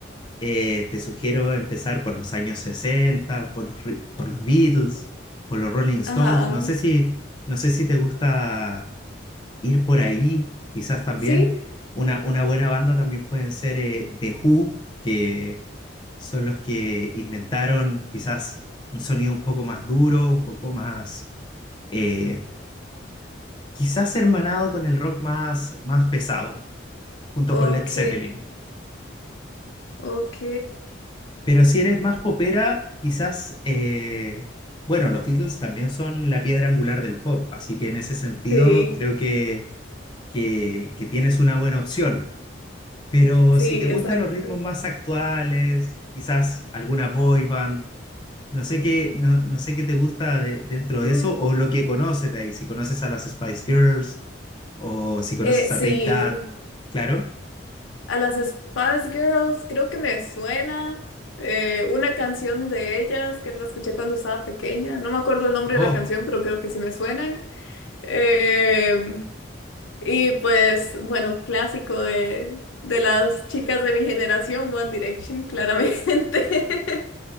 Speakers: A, on the left; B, on the left.
A: Eh, te sugiero empezar por los años 60, por los, Re- por los Beatles, por los Rolling Stones.
B: Ajá,
A: No sé si, no sé si te gusta ir por ahí. Quizás también
B: sí,
A: una, una buena banda también pueden ser eh, The Who, que son los que inventaron quizás un sonido un poco más duro, un poco más, eh, quizás hermanado con el rock más, más pesado, junto
B: ok.
A: con Led Zeppelin.
B: Ok,
A: Pero si eres más popera, quizás, eh, bueno, los Beatles también son la piedra angular del pop, así que en ese sentido
B: sí,
A: creo que, que, que tienes una buena opción. Pero
B: sí,
A: si te gustan
B: exacto.
A: los ritmos más actuales, quizás alguna boy band, no sé qué, no, no sé qué te gusta de- dentro
B: Mm,
A: de eso o lo que conoces de ahí, si conoces a las Spice Girls o si conoces
B: eh, sí,
A: a Take That, claro.
B: a las Spice Girls creo que me suena eh, una canción de ellas que la escuché cuando estaba pequeña. No me acuerdo el nombre
A: Oh.
B: de la canción, pero creo que sí me suenan. Em, y pues, bueno, clásico de, de las chicas de mi generación, One Direction, claramente. <laughs>